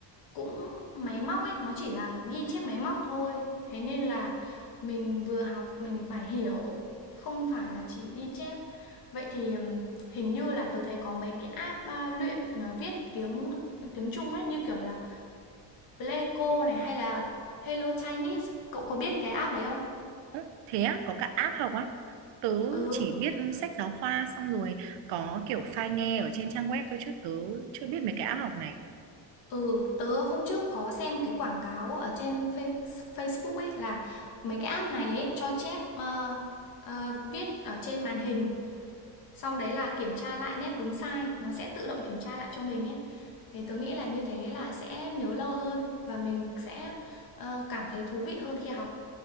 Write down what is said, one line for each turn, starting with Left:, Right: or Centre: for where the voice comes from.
Left: Cũng máy móc ấy, nó chỉ là ghi chép máy móc thôi. Thế nên là mình vừa học mình phải hiểu, không phải là chỉ ghi chép. Vậy thì hình như là tôi thấy có mấy cái app à, luyện à, viết tiếng tiếng Trung ấy như kiểu là Pleico này hay là Hello Chinese. Cậu có biết cái app đấy không?
Right: Ơ, thế á có cả app học á tớ
Left: Ừ,
Right: chỉ biết sách giáo khoa xong rồi có kiểu file nghe ở trên trang web thôi chứ tớ chưa biết mấy cái app học này
Left: ừ, tớ hôm trước có xem cái quảng cáo ở trên Facebook ấy là mấy cái app này ấy cho chép ờ, ờ, viết ở trên màn hình xong đấy là kiểm tra lại nét đúng sai nó sẽ tự động kiểm tra lại cho mình ấy thì tớ nghĩ là như thế là sẽ nhớ lâu hơn và mình sẽ ờ, cảm thấy thú vị hơn khi học